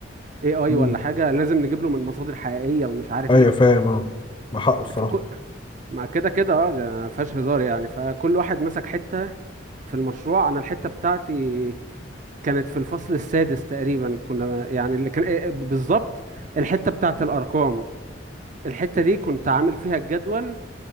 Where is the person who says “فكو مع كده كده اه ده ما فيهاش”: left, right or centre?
Right